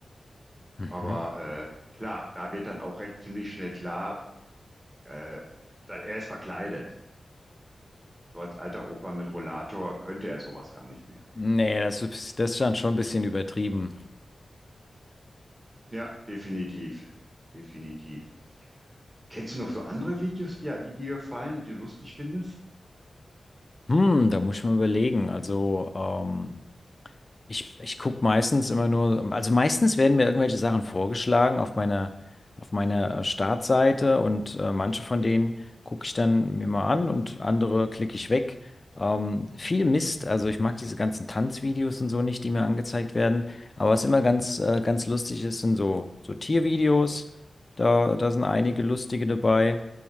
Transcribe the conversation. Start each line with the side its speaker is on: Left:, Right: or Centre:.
Left: Mhm.
Right: Aber äh, klar, da wird dann auch recht ziemlich schnell klar, äh, da, er ist verkleidet. So als alter Opa mit Rollator könnte er sowas gar nicht mehr.
Left: Nee, das ist, das ist dann schon ein bisschen übertrieben.
Right: Ja, definitiv. Definitiv. Kennst du noch so andere Videos, die, die dir gefallen, die du lustig findest?
Left: Hm, da muss ich mal überlegen. Also, ähm, ich, ich gucke meistens immer nur, also meistens werden mir irgendwelche Sachen vorgeschlagen auf meiner, auf meiner äh, Startseite und äh, manche von denen gucke ich dann mir mal an und andere klicke ich weg. Ähm, viel Mist, also ich mag diese ganzen Tanzvideos und so nicht, die mir angezeigt werden. Aber was immer ganz, äh, ganz lustig ist, sind so, so Tiervideos. Da, da sind einige lustige dabei.